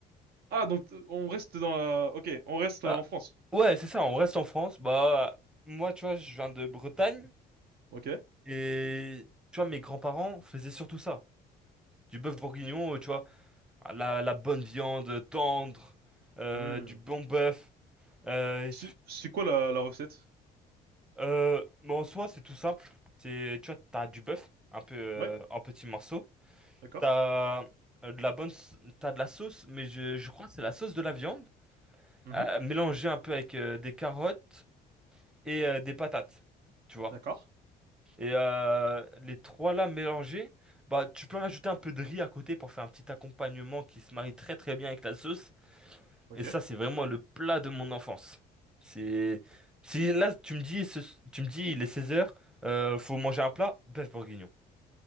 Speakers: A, on the right; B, in the centre.
A: Ah, donc t- on reste dans la... Ok, on reste
B: Bah,
A: euh, en France.
B: ouais, c'est ça, on reste en France. Bah, moi, tu vois, je viens de Bretagne,
A: Ok.
B: et tu vois, mes grands-parents faisaient surtout ça. Du bœuf bourguignon, euh, tu vois, la, la bonne viande tendre, euh,
A: Hmm.
B: du bon bœuf. Euh,
A: C'est c'est quoi la, la recette?
B: euh, mais en soi, c'est tout simple. C'est, tu vois, t'as du bœuf, un peu euh,
A: Ouais,
B: en petits morceaux.
A: d'accord.
B: T'as euh, de la bonne, s- t'as de la sauce, mais je, je crois que c'est la sauce de la viande,
A: Mhm,
B: euh, mélangée un peu avec euh, des carottes et euh, des patates, tu vois.
A: D'accord.
B: Et euh, les trois là mélangés, bah tu peux rajouter un peu de riz à côté pour faire un petit accompagnement qui se marie très très bien avec la sauce.
A: Ok.
B: Et ça, c'est vraiment le plat de mon enfance. C'est, si là tu me dis, ce- tu me dis, il est seize heures euh, faut manger un plat, bœuf bourguignon.